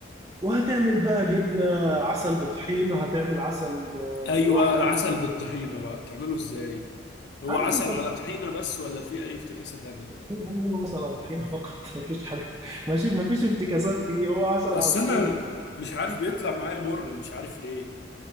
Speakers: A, on the right (about 20°); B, on the left (about 60°).
A: وهتعمل بقى جبنة عسل بطحينة هتعمل عسل
B: ايوه
A: آه، لوحده
B: العسل بالطحينه بقى بتعمله ازاي هو
A: عادي
B: عسل
A: انت
B: على طحينه بس ولا في اي افتكاسه تانية
A: بتطحين هو عسل على طحينة فقط <laughs> مفيش حاجة ماشي مفيش افتكاسات فيه هو عسل على
B: اصل
A: طحينة
B: انا مش عارف بيطلع معايا مر مش عارف ليه